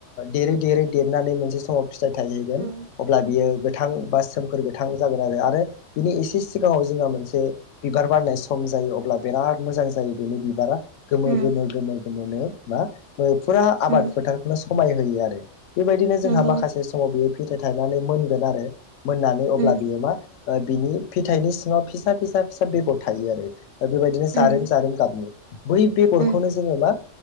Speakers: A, on the left; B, on the right.
A: देरै देरै देरनानै मोनसे समाव फिथाइ थायहैगोन
B: उम
A: अब्ला बियो गोथां बा सोमखोर गोथां जागोन आरो आरो बिनि एसे सिगाङाव जोंहा मोनसे बिबार बारनाय सम जायो अब्ला बिराद मोजां जायो बेनि बिबारा गोमो-गोमो-गोमो
B: उम
A: गोमोनो मा फुरा आबाद
B: उम
A: फोथारखौनो समाय होयो आरो बेबायदिनो जोंहा
B: नंगौ
A: माखासे समाव बियो फिथाइ थायनानै मोनगोन आरो मोननानै अब्ला
B: उम
A: बियो मा ओ बिनि फिथाइनि सिङाव फिसा-फिसा-फिसा बेगर थायो आरो बेबायदिनो जारेम
B: उम
A: जारेम गाबनि बै बेगरखौनो
B: उम उम
A: जोङो मा